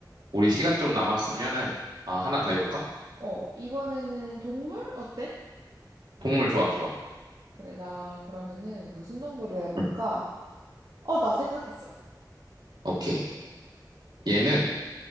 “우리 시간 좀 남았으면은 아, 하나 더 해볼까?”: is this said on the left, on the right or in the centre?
Right